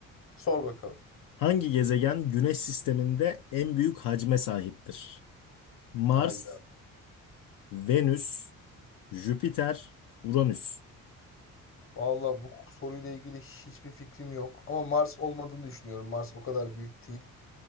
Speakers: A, on the left; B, on the left.
A: Sor bakalım.
B: Hangi gezegen Güneş sisteminde en büyük hacme sahiptir? Mars,
A: Hayda.
B: Venüs, Jüpiter, Uranüs.
A: Vallahi bu soruyla ilgili hiçbir fikrim yok. Ama Mars olmadığını düşünüyorum. Mars o kadar büyük değil.